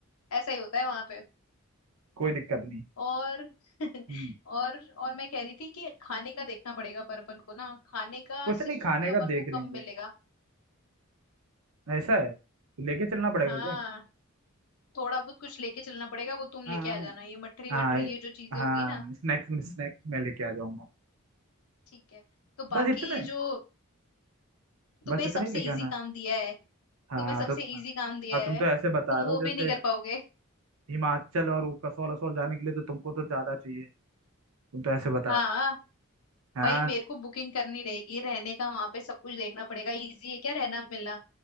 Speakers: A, on the left; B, on the right.
A: ऐसा ही होता है वहां पे
B: कोई दिक्कत नहीं
A: और <laughs>
B: हम्म
A: और और मैं कह रही थी कि खाने का देखना पड़ेगा पर अपन को ना खाने का
B: कुछ नहीं
A: सिस्सू
B: खाने
A: में अपन
B: का
A: को
B: देख
A: कम
B: लेंगे
A: मिलेगा
B: ऐसा है लेके चलना पड़ेगा
A: हाँ
B: क्या
A: थोड़ा बहुत कुछ लेके चलना पड़ेगा वो तुम लेके
B: हाँ
A: आ जाना ये मठरी
B: हाँ
A: वठरी ये जो चीजें
B: हाँ
A: होगी ना
B: हाँ, स्नैक्स में स्नैक्स मैं लेके आ जाऊंगा
A: ठीक है तो बाकी
B: बस इतने
A: ये जो तुम्हें
B: बस इतना
A: सबसे
B: ही लेके
A: इजी
B: आना है
A: काम दिया है
B: हाँ
A: तुम्हें सबसे
B: तो
A: इजी काम दिया
B: अब
A: है
B: तुम तो ऐसे बता
A: तुम
B: रहे
A: वो
B: हो
A: भी
B: जैसे
A: नहीं कर पाओगे
B: हिमाचल और वो कसौल असौल जाने के लिए तो तुमको तो ज्यादा चाहिए तुम तो ऐसे बता
A: हाँ
B: रहे
A: भाई
B: हो हाँ
A: मेरे को बुकिंग करनी रहेगी रहने का वहां पे सब कुछ देखना पड़ेगा इजी है क्या रहना मिलना